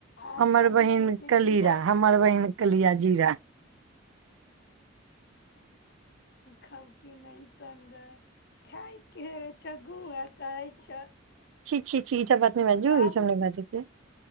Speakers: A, on the left; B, on the right.
A: आ
B: हमर
A: खाली
B: बहिन
A: गूं के
B: कलीरा
A: कीड़ा
B: हमर बहिन कलिया जीरा
A: खी नहि त खाायके छ ग करै छ
B: छी छी छी ई सब बात नहि बाजू
A: बाद
B: ई सब नहि बाजू के